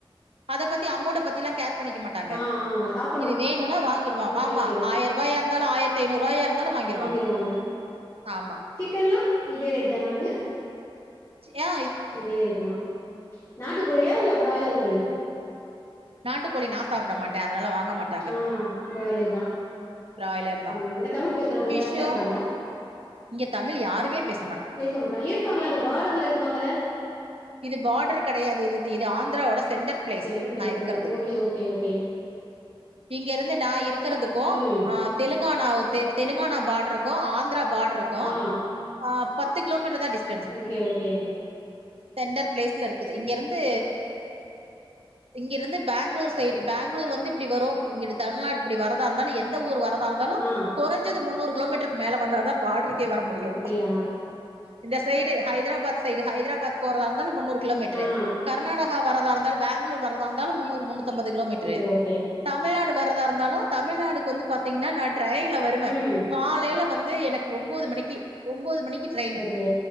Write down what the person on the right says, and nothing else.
அத பத்தி அமௌண்ட்ட பத்தில்லா கேர் பண்ணிக்க மாட்டாங்க
இதுவேணுனா வாங்கிடுவ
வாமா
ஆயிரரூபாயா இருந்தாலு ஆயிரத்து ஐநூ ரூவாயா இருந்தாலு வாங்கி
ஆமா
யா
நாட்டுக்கோழி நா சாப்ட மாட்ட அதனால வாங்க மாட்
பிராய்லர் தா
ஃபிஷ்ஷு
இங்க தமிழ் யாருமே பேசு
இது பார்டர் கடையாது இது இது ஆந்திராவோட சென்டர் பிளேஸ்
நா இருக்கறது
ம் இங்க இருந்து நா இருக்கறதுக்கு
அ தெலுங்கானா தெ தெலுங்கானா பாட்ர்ருக்கு ஆந்தரா பாட்ர்ருக்கு
ஆ பத்து கிலோமீட்டர் தா டிஸ்
சென்டர் பிளேஸ்ல இருக்குது இங்க இருந்து இங்கிருந்து பேங்ளூர் சைடு பேங்ளூர் வந்து இப்டி வரு இங்கடு தமிழ்நாடு இப்டி வரதா இருந்தாலு எந்த ஊர் வர தா இருந்தாலு
குறஞ்சது முன்னூறு கிலோமீட்டருக்கு மேல வந்த தா பாட்ர்ருக்கே வர முடியு
இந்த சைடு ஹைதராபாத் சைடு ஹைதராபாத் போறதா இருந்தாலு முன்னூறு கிலோமீட்ரு
கர்நாட வரதா இருந்தாலும் பெங்களூர் வரதா முன்னூறு முன்னூறு ஐம்பது கிலோமீட்டரு
தமிழ்நாடு வரதா இருந்தாலும் தமிழ்நாடுக்கு வந்து பாத்தீங்கன்னா நட் ட்ரெயின்ல வருவேன்
காலையில வந்து எனக்கு ஒம்போது மணிக்கி ஒம்போது மணிக்கு ட்ரெயின்